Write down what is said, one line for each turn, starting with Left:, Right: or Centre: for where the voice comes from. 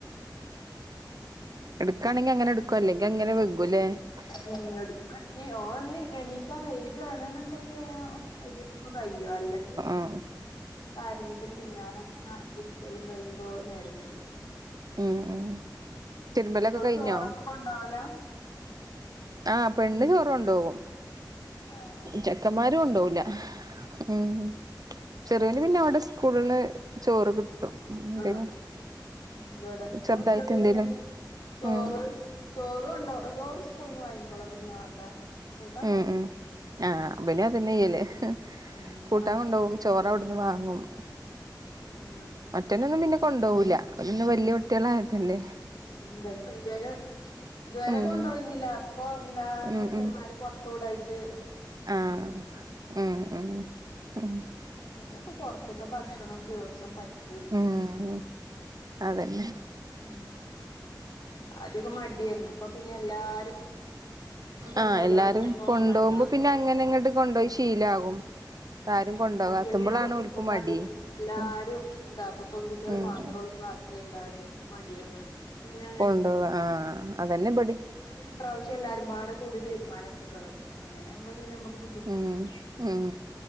Right: ഇട്ക്കാണെങ്കിൽ അങ്ങനെ ഇട് ക്കും അല്ലെങ്കിൽ അങ്ങനെ വെ. <inaudible>
Left: <inaudible> ഓന് എണീക്കാൽ വൈകണെന്നുണ്ടെങ്കി വേം ഒരുവിധക്കെ കയ്യും അല്ലെങ്കിൽ.
Right: ആഹ്
Left: കാരഞ്ഞിട്ടും പിന്നാല നടക്കലും ഇടുക്കലും കഴിയുമ്പോൾ നേരം വഴുകും.
Right: ഉം ഉം തിരുമ്പലൊക്കെ കഴിഞ്ഞോ
Left: ചോറൊക്കെ കൊണ്ടോവലാ
Right: ആഹ് പെണ്ണ് ചോറ് കൊണ്ടോകും
Left: ആഹ്
Right: ചെക്കന്മാര് കൊണ്ടോവൂല ഉം ചെറിയന് പിന്നെ ഓന്റെ സ്കൂള് ന്ന് ചോറ് കിട്ടും എന്തെലും.
Left: ആഹ് ഇവിടെ
Right: ചെറുതായിട്ട്
Left: ഓ ചെറിയോന്
Right: എന്തേലും.
Left: ചോറ്
Right: ഉം
Left: ചോറ് കൊണ്ടോ ചോറ് സ്കൂള്ന്ന് വാങ്ങിക്കോള ഇവിടന്ന് വാണ്ട. കൂട്ടാൻ
Right: ഉം
Left: തരണം
Right: ഉം ആഹ് ബനും അതന്നെ ചെയ്യല്
Left: ഉം
Right: കൂട്ടാം
Left: മറ്റേ
Right: കൊണ്ടോകും ചോറവിട്ന്ന് വാങ്ങും
Left: ഉം
Right: മറ്റോനൊന്നും പിന്നെ കൊണ്ടോവൂല ഓല് പിന്നെ വല്യ കുട്ട്യളായതല്ലേ
Left: ഉം ഇവന് വല്ല്യോന് ഇതുവരെ
Right: ഉം
Left: കൊണ്ട് പോയിന്നില്ല അപ്പൊ എന്താ
Right: ഉം
Left: ടീച്ചർമാര്
Right: ഉം
Left: പൊറത്തൂടായിട്ട്
Right: ആഹ് ഉം ഉം ഉം
Left: പിന്ന ഇപ്പൊ പൊറത്തത്ത ഭക്ഷണം ദിവസോം പറ്റൂല്ല
Right: ഉം അതന്നെ
Left: ഉം ആദ്യൊക്ക മടിയാന്നു ഇപ്പ പിന്നെ എല്ലാരും കൊണ്ടോവല്
Right: ആഹ് എല്ലാരും
Left: തൊടങ്ങിയപ്പോ
Right: കൊണ്ടുപോകുമ്പ
Left: മടി മാറി
Right: പിന്നെ അങ്ങനെ ഇങ്ങട്ട് കൊണ്ടുപോയി ശീലാകും ആരും കൊണ്ടോകാത്തുമ്പളാണ്
Left: ഉം <unintelligible> ഞാൻ കൊട് <unintelligible>
Right: ഓൽക്ക് മടി
Left: പറയും എല്ലാരും
Right: ഉം
Left: എന്താ അപ്പ പെൺകുട്ടികള്
Right: ഉം
Left: മാത്രേ
Right: ഉം
Left: ഒള്ളൂ <unintelligible> മടിയാണ് പിന്നെ
Right: കൊണ്ട് പോവാൻ ആഹ് അതന്നെ ഇവടേം
Left: ഈ പ്രാവശ്യംല്ലാരുംപാടെ കൂടി തീരുമാനട്ത്ത്‌ ക്കാണ് അങ്ങനെ ആകുമ്പോ പിന്നെ നമുക്ക് ബുദ്ധിമുട്ടണ്ട്
Right: ഉം ഉം